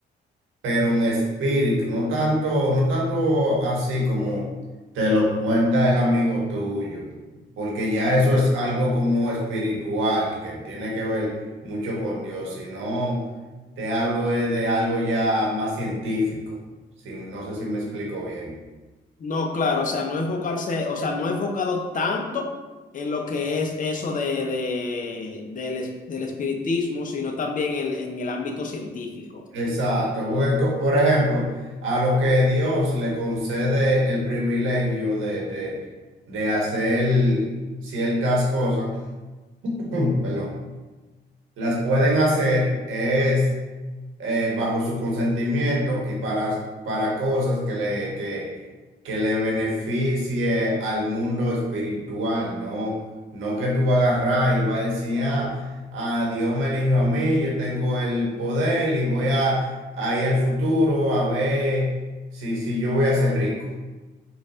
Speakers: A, on the right; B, on the left.
A: pero en espíritu, no tanto, no tanto así como te lo cuenta el amigo tuyo, porque ya
B: Ujú.
A: eso es algo como espiritual, que tiene que ver mucho con Dios, sino te hablo es de algo ya más científico, si, no sé si me explico bien.
B: No, claro, o sea, no enfocarse, o sea, no enfocado tanto en lo que es eso de, de- del, es- del espiritismo, sino también en, en el ámbito científico.
A: Exacto, porque co- por ejemplo, a lo que Dios le concede el privilegio de, de, de hacer ciertas cosas, <clears throat> perdón. las pueden hacer es eh, bajo su consentimiento y para, para cosas que le, que, que le beneficie al mundo espiritual, no, no que tú vas a agarrar y vas a decir, ah, ah, Dios me eligió a mí, yo tengo el poder y voy a, a ir al futuro a ver si, si yo voy a ser rico.